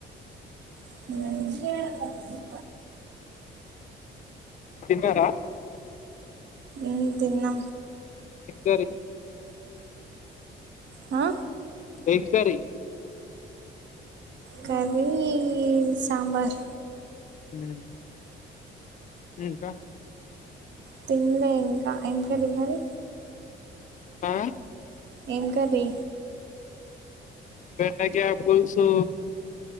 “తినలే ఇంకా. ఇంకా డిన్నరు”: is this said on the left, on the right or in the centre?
Right